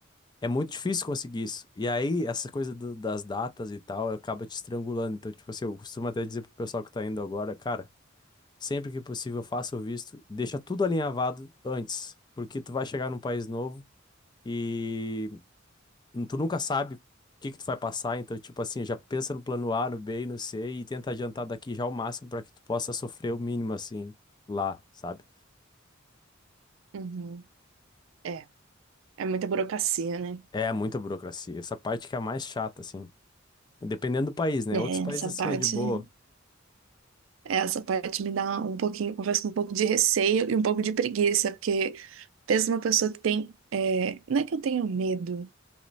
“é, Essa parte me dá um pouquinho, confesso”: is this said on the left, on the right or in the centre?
Right